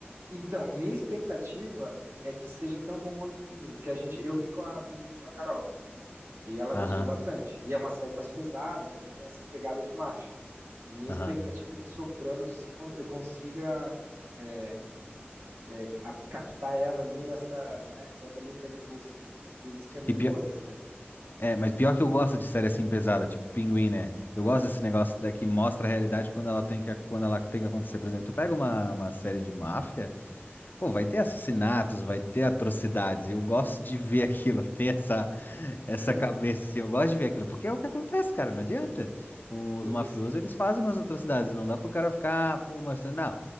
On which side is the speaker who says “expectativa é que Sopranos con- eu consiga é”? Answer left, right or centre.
Right